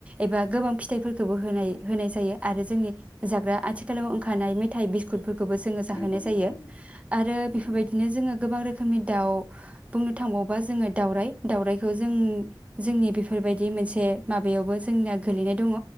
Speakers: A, on the right; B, on the left.
A: एबा गोबां फिथाइफोरखौबो होनाय होनाय जायो आरो जोंनि जाग्रा आथिखालाव ओंखारानाय मेथाइ बिस्कुट फोरखौबो जोङो जाहोनाय
B: नंगौ नंगौ
A: जायो।
B: नंगौ
A: आरो
B: नंगौ
A: बेफोरबायदिनो जोङो गोबां रोखोमनि दाउ बुंनो थांबावोबा जोङो दाउराइ दाउराइखौ जों जोंनि बेफोरबायदि मोनसे माबायावबो जोंना गोलैनाय दङ'